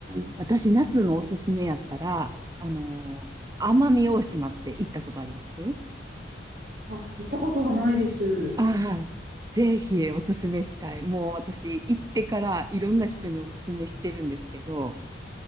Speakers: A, on the right (about 20°); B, on the right (about 45°).
A: ん、私夏のおすすめやったら、あのー奄美大島って行ったことあります
B: あ、行ったことはないです。
A: ああ、ぜひおすすめしたい。もう私行ってからいろんな人におすすめしてるんですけど、